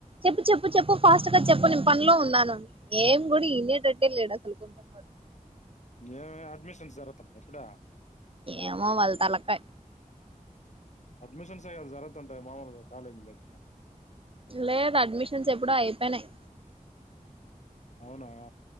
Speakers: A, on the right; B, on the left.
A: చెప్పు చ చెప్పు చెప్పు ఫాస్ట్. ఇంకా చెప్పు నేను పనిలో ఉన్నాను ఏం కూడా ఈనేటట్టే లేడు అసలు కొంచెం కూడా.
B: ఏవైనా అడ్మిషన్స్ జరుగుతాం ఎప్పుడ.
A: ఏమో వాళ్ళ తలకా.
B: అడ్మిషన్స్ అవి జరుగుతూ ఉంటాయి మామూలుగా కాలేజ్లో లో.
A: లేదు అడ్మిషన్స్ ఎప్పుడో అయిపోయినాయ్.
B: అవునా.